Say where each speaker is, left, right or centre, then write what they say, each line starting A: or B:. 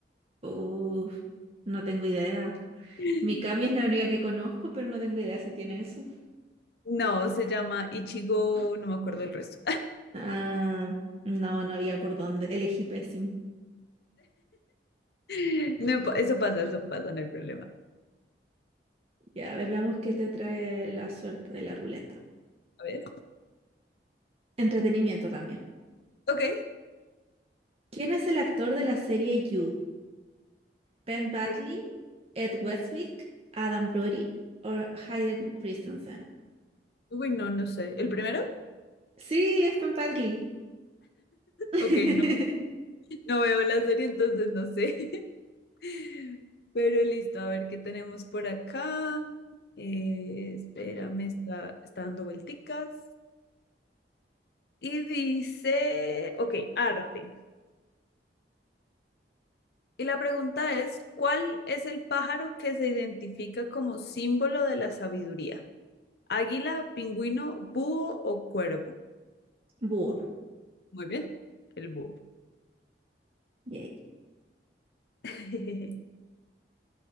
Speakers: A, on the right; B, on the left.
A: Uf, no tengo idea.
B: <gasps>
A: Mikami es la única que conozco, pero no tengo idea si tiene eso.
B: No, se llama Ichigo, no me acuerdo el resto.
A: Ah, no, no había por dónde. Elegí pésimo.
B: <laughs> No impo- eso pasa, eso pasa, no hay problema.
A: Ya, a ver, veamos qué te trae la suerte de la ruleta.
B: A ver,
A: Entretenimiento también.
B: ok.
A: ¿Quién es el actor de la serie You? Ben Badley,
B: U-
A: Ed Westwick, Adam Brody o Hayden Christensen.
B: Uy, no, no sé. ¿El primero?
A: Sí, es Ben Badley. <laughs>
B: Ok, no, no veo la serie, entonces no sé. <laughs> Pero listo, a ver qué tenemos por acá. Eh, espérame, está, está dando vuelticas. Y dice, ok, arte. Y la pregunta es, ¿cuál es el pájaro que se identifica como símbolo de la sabiduría? ¿Águila, pingüino, búho o cuervo?
A: Búho.
B: Muy bien. El búho.
A: Yay.
B: <laughs>